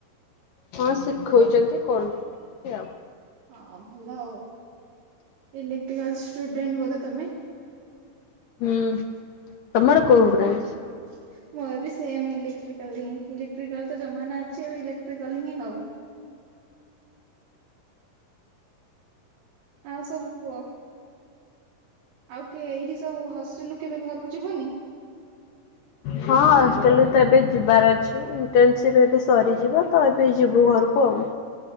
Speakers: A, on the left; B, on the right.
A: ହଁ ଶିଖଉଚନ୍ତି କରୁଚୁ ଟିକେ ଟିକେ ଆଉ।
B: ହଁ ଭଲ ଆଉ ଇଲେଟ୍ରିକାଲ ଷ୍ଟୁଡେଣ୍ଟ ବୋଧେ ତମେ?
A: ହୁଁ ତମର କୋଉ
B: ହଁ
A: ବ୍ରାଞ୍ଚ?
B: ମୋର ବି ସେମ ଇଲେକ୍ଟ୍ରିକାଲ ହିଁ ଇଲେକ୍ଟ୍ରିକାଲ ତ ଜମାନା ଅଛି ଏବେ ଇଲେକ୍ଟ୍ରିକାଲ ହିଁ ଆଉ। ଆଉ ସବୁ କୁଅ? ଆଉ କିଏ ଏଇଠି ସବୁ ହଷ୍ଟେଲୁ କେବେ ଘରକୁ ଯିବନି?
A: ହଁ ହଷ୍ଟେଲ ରୁ ତ ଏବେ ଯିବାର ଅଛି। ଇଣ୍ଟର୍ନସିପ୍ ଏବେ ସରିଯିବ ତ ଏବେ ଯିବୁ ଘରକୁ ଆଉ।